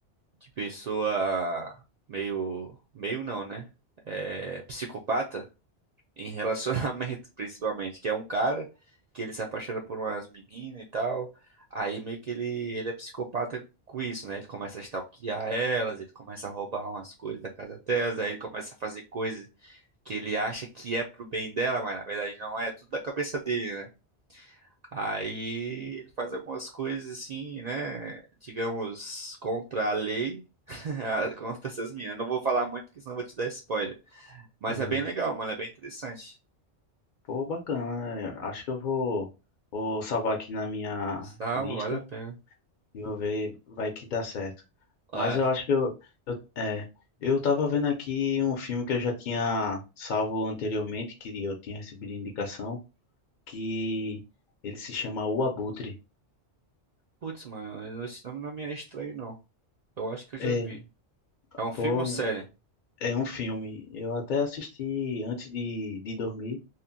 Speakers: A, on the right (about 60°); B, on the left (about 55°).
A: de pessoa meio. Meio não, né? É, psicopata em relacionamento, <laughs> principalmente. Que é um cara que ele se apaixona por umas meninas e tal. Aí meio que ele, ele é psicopata com isso, né? Ele começa a stalkear elas, ele começa a roubar umas coisas da casa delas, aí ele começa a fazer coisas que ele acha que é pro bem dela, mas na verdade não é, é tudo da cabeça dele, né? Aí ele faz algumas coisas assim, né? Digamos, contra a lei, <laughs> contra essas meninas. Não vou falar muito, porque senão eu vou te dar spoiler. Mas
B: Ah,
A: é bem legal, mano, é bem interessante.
B: pô, bacana, né? acho que eu vou, vou salvar aqui na minha
A: Salvo,
B: lista.
A: vale a pena.
B: E Vou ver, vai que dá certo.
A: É.
B: Mas eu acho que eu, eu, é, eu tava vendo aqui um filme que eu já tinha salvo anteriormente, que eu tinha recebido indicação, que ele se chama O Abutre.
A: Putz, mano, esse nome não me é estranho, não. Eu acho que eu já
B: É,
A: vi. É um filme
B: pô,
A: ou série?
B: é um filme. Eu até assisti antes de, de dormir,